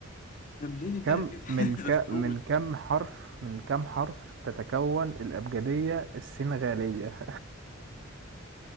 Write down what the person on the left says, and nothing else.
طب ليه نبدأها
كده
<laughs>
قول